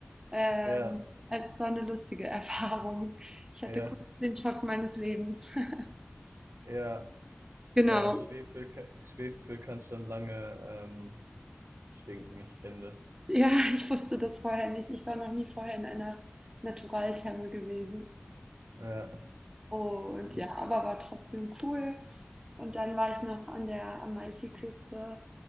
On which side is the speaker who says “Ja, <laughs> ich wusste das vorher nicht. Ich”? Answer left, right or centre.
Right